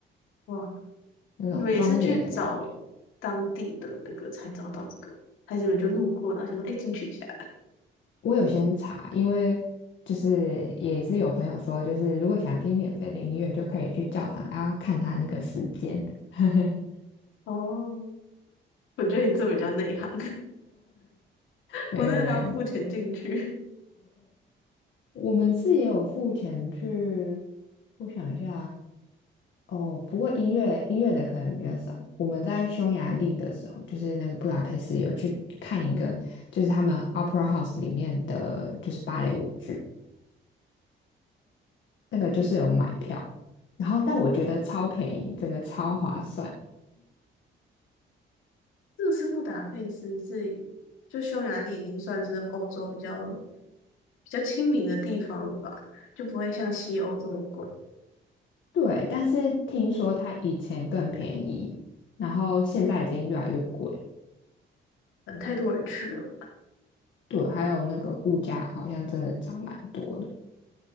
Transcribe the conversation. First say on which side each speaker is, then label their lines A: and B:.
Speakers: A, on the left; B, on the left.
A: 哇，
B: 那种庄严的感觉。
A: 你们也是去找当地的那个才找到这个，还是你们就路过然后想说，哎、进去一下？
B: 我有先查，因为就是也是有朋友说，就是如果想听免费的音乐，就可以去教堂，然后看他那个时间。<laughs>
A: <laughs> 哦，我觉得你这比较内行，<laughs>
B: 没有没有，
A: 我那个还要付钱进去。
B: 我们是也有付钱去，我想一下，哦，不过音乐音乐的可能比较少。我们在匈牙利的时候，就是那个布达佩斯有去看一个，就是他们 Opera House 里面的就是芭蕾舞剧，那个就是有买票，然后但我觉得超便宜，整个超划算。
A: 这个是布达佩斯是就匈牙利已经算是欧洲比较比较亲民的地方了吧，就不会像西欧这么贵，
B: 对，但是听说它以前更便宜，然后现在已经越来越贵。
A: 嗯，太多人去了。
B: 对，还有那个物价好像真的涨蛮多的。